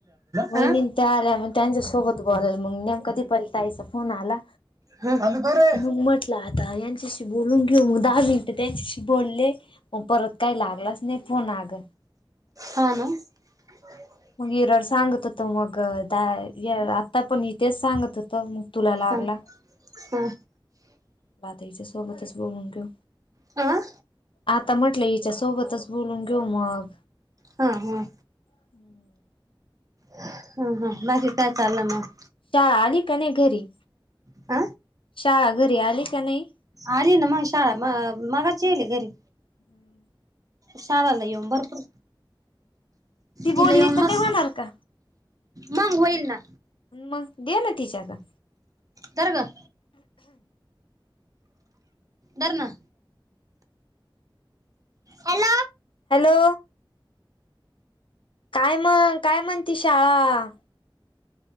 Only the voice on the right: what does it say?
हा
ह अर
हा ना ह
हा हा
आं
हा हा
ह हा बाकी काय चालं मग
आ
आली ना मग शाळा मग मगाशी आलीस घरी
शाळेला येऊन भरपूर
तिला येऊन
मस्
मग होईल ना
धर ग धर ना. हॅलो